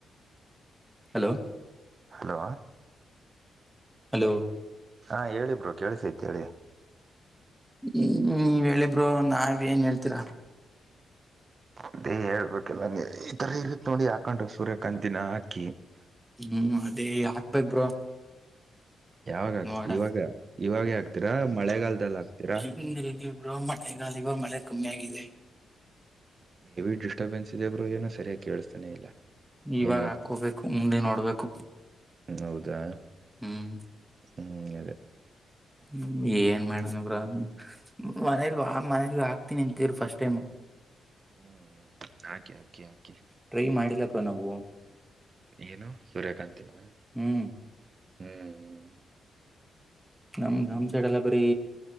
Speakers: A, in the centre; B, on the right.
A: ಹಲೋ
B: ಹಲೋ
A: ಹಲೋ
B: ಹಾ ಹೇಳಿ ಬ್ರೋ ಕೇಳಿಸೈತಿ ಹೇಳಿ
A: ಹ್ಮ್ ನೀವ್ ಹೇಳಿ ಬ್ರೋ ನಾವ್ ಏನ್ ಹೇಳ್ತೀರಾ.
B: ಅದೇ ಹೇಳ್ಬೇಕಲ್ಲ ನೀ ಈತರ ಇರುತ್ತೆ ನೋಡಿ ಹಾಕೊಂಡ್ರೆ ಸೂರ್ಯಕಾಂತಿನ ಹಾಕಿ.
A: ಹ್ಮ್ ಅದೇ ಹಾಕ್ಬೇಕ್ ಬ್ರೋ
B: ಯಾವಾಗ ಆತಿ
A: ನೋಡ
B: ಇವಾಗ ಇವಾಗ ಹಾಕ್ತೀರಾ ಮಳೆಗಾಲದಲ್ಲಿ ಹಾಗ್ತೀರಾ.
A: ಹ್ಮ ಇಲ್ಲಿ ಇಲ್ಲಿ ಬ್ರೋ ಮಳೆಗಾಲ ಇವಾಗ ಮಳೆ ಕಮ್ಮಿ ಆಗಿದೆ.
B: ಹೆವಿ ಡಿಸ್ಟರ್ಬನ್ಸ್ ಇದೆ ಬ್ರೋ ಏನೂ ಸರಿಯಾಗಿ ಕೇಳಿಸ್ತಾನೆ ಇಲ್ಲ.
A: ಇವಾಗ
B: ಏನ್ ಹೇಳ್ತಿದ್ದಿ
A: ಹಾಕೋಬೇಕು ಮುಂದೆ ನೋಡ್ಬೇಕು
B: ಹ್ಮ್ ಹೌದಾ
A: ಹ್ಮ್
B: ಹ್ಮ್ ಅದೇ
A: ಹ್ಮ್ ಏನ್ ಮಾಡನೋ ಬ್ರೋ ಮನೇಲಿ ಮನೇಲಿ ಹಾಕ್ತೀನಿ ಅಂತೀರು ಫಸ್ಟ್ ಟೈಮ್.
B: ಹ್ಮ್ ಹಾಕಿ ಹಾಕಿ ಹಾಕಿ
A: ಟ್ರೈ ಮಾಡಿಲ್ಲ ಬ್ರೋ ನಾವು
B: ಏನು ಸೂರ್ಯಕಾಂತಿನ
A: ಹ್ಮ್
B: ಹ್ಮ್ ಹ್ಮ್
A: ನಮ್ ನಮ್ ಸೈಡ್ ಎಲ್ಲಾ ಬರಿ